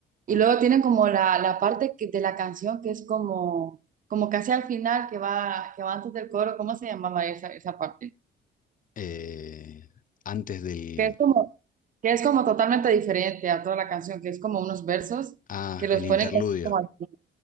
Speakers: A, on the right; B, on the left.
A: Y luego tienen como la, la parte que- de la canción que es como, como casi al final, que va, que va antes del coro. ¿Cómo se llamaba esa, esa parte?
B: eh, antes del
A: Que es como, que es como totalmente diferente a toda la canción, que es como unos versos
B: ah,
A: que los
B: el interludio.
A: ponen como al final.